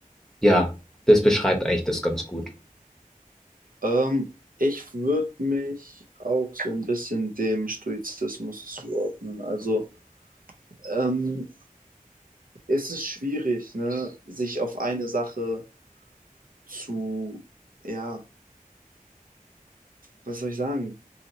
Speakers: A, in the centre; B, on the right.
A: ja, das beschreibt eigentlich das ganz gut.
B: ähm, ich würde mich auch so ein bisschen dem Stoizismus zuordnen. Also ähm, es ist schwierig, ne, sich auf eine Sache zu, ja, was soll ich sagen?